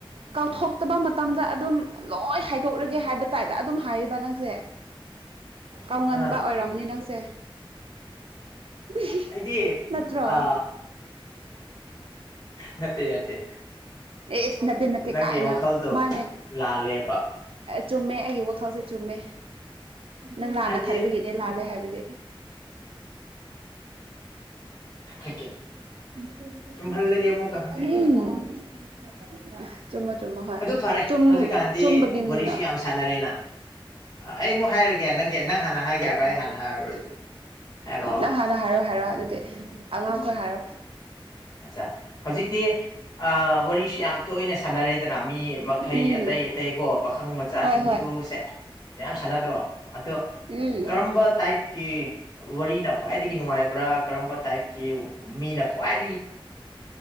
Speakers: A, on the right (about 75°); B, on the left (about 40°).
A: ꯀꯥꯎꯊꯣꯛꯇꯕ ꯃꯇꯝꯗ ꯑꯗꯨꯝ ꯂꯣꯏ ꯍꯥꯏꯗꯣꯛꯂꯒꯦ ꯍꯥꯏꯕ ꯇꯥꯗ ꯑꯗꯨꯝ ꯍꯥꯏꯌꯦꯕ ꯅꯪꯁꯦ ꯀꯥꯎꯉꯟꯕ
B: ꯑꯥ
A: ꯑꯣꯏꯔꯝꯅꯤ ꯅꯪꯁꯦ <unintelligible>
B: ꯑꯩꯗꯤ
A: ꯅꯠꯇ꯭ꯔꯣ
B: ꯑ ꯅꯠꯇꯦ ꯅꯠꯇꯦ
A: ꯑꯦꯁ ꯅꯠꯇꯦ ꯅꯠꯇꯦ
B: ꯅꯪꯒꯤ
A: ꯀꯥꯏꯅ
B: ꯋꯥꯈꯜꯗꯣ
A: ꯃꯥꯅꯦ
B: ꯂꯥꯜꯂꯦꯕ
A: ꯆꯨꯝꯃꯦ ꯑꯩꯒꯤ ꯋꯥꯈꯜꯁꯦ ꯆꯨꯝꯃꯦ ꯅꯪ ꯂꯥꯟꯅ
B: ꯍꯥꯏꯕꯗꯤ
A: ꯈꯟꯕꯒꯤꯅꯦ ꯂꯥꯜꯂꯦ ꯍꯥꯏꯕꯖꯦ
B: <unintelligible>
A: ꯎꯝ <unintelligible>
B: ꯆꯨꯝꯍꯜꯂꯒꯦ ꯑꯃꯨꯛꯀ ꯍꯧꯖꯤꯛꯇꯤ
A: ꯆꯨꯝꯃꯣ ꯆꯨꯝꯃꯣ ꯍꯣꯏ
B: ꯑꯗꯨ ꯐꯔꯦ
A: ꯆꯨꯝ
B: ꯍꯧꯖꯤꯛꯀꯥꯟꯗꯤ
A: ꯆꯨꯝꯕꯒꯤꯅꯤꯅ
B: ꯋꯥꯔꯤꯁꯨ ꯌꯥꯝ ꯁꯥꯟꯅꯔꯦꯅ ꯑꯩ ꯑꯃꯨꯛ ꯍꯥꯏꯔꯒꯦ ꯅꯪꯒꯤ ꯅꯪ ꯍꯥꯟꯅ ꯍꯥꯏꯒꯦ ꯍꯥꯏꯕ꯭ꯔꯥ
A: ꯎꯝ
B: ꯑꯩ ꯍꯥꯟꯅ ꯍꯥꯏꯔꯕ꯭ꯔꯣ ꯍꯧꯖꯤꯛ ꯍꯥꯏꯔꯣ
A: ꯅꯪ ꯍꯥꯟꯅ ꯍꯥꯏꯔꯣ ꯍꯥꯏꯔꯣ ꯑꯗꯨꯗꯤ ꯑꯉꯥꯡꯈꯣꯏ ꯍꯥꯏꯔꯣ
B: ꯑꯆꯥ ꯍꯧꯖꯤꯛꯇꯤ ꯋꯥꯔꯤꯁꯤ ꯌꯥꯝ ꯇꯣꯏꯅ ꯁꯥꯟꯅꯔꯦꯗꯅ ꯃꯤ ꯃꯈꯩ
A: ꯎꯝ
B: ꯑꯇꯩ ꯑꯇꯩꯀꯣ ꯄꯥꯈꯪ ꯃꯆꯥꯁꯤꯡꯁꯨ
A: ꯍꯣꯏ ꯍꯣꯏ
B: ꯁꯦ ꯌꯥꯝ ꯁꯥꯟꯅꯗ꯭ꯔꯣ ꯑꯗꯣ
A: ꯎꯝ
B: ꯀꯔꯝꯕ ꯇꯥꯏꯞ ꯀꯤ ꯋꯥꯔꯤꯅ ꯈ꯭ꯋꯥꯏꯗꯒꯤ ꯅꯨꯡꯉꯥꯏꯕ꯭ꯔꯥ ꯀꯔꯝꯕ ꯇꯥꯏꯞꯀꯤ ꯃꯤꯅ ꯈ꯭ꯋꯥꯏ